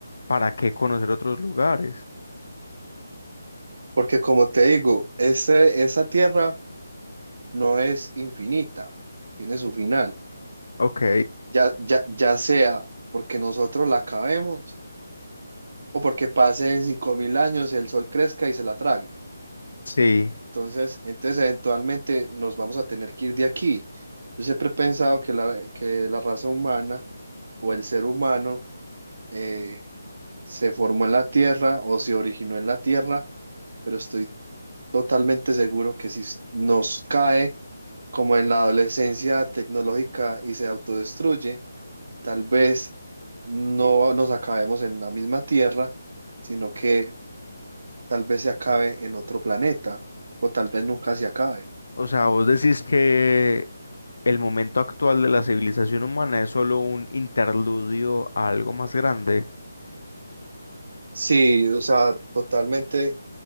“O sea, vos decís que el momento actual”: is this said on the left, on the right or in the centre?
Left